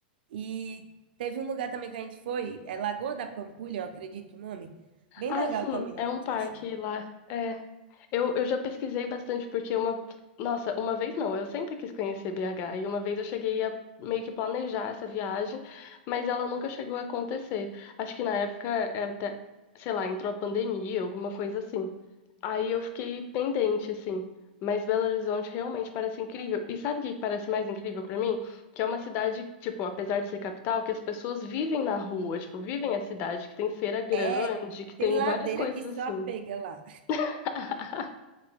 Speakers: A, on the right (about 70°); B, on the left (about 40°).
A: E teve um lugar também que a gente foi, é Lagoa da Pampulha, eu acredito o nome. Bem
B: Ah,
A: legal
B: sim,
A: também,
B: é
A: a gente
B: um parque
A: achou.
B: lá. É. Eu, eu já pesquisei bastante, porque uma. Nossa, uma vez não, eu sempre quis conhecer BH, e uma vez eu cheguei a meio que planejar essa viagem, mas ela nunca chegou a acontecer. Acho que na época era até, sei lá, entrou a pandemia, alguma coisa assim. Aí eu fiquei pendente, assim. Mas Belo Horizonte realmente parece incrível. E sabe o que parece mais incrível pra mim? Que é uma cidade, tipo, apesar de ser capital, que as pessoas vivem na rua, tipo, vivem a cidade, que tem feira grande,
A: É,
B: que tem
A: tem ladeira
B: várias coisas
A: que só
B: assim.
A: pega lá.
B: <laughs>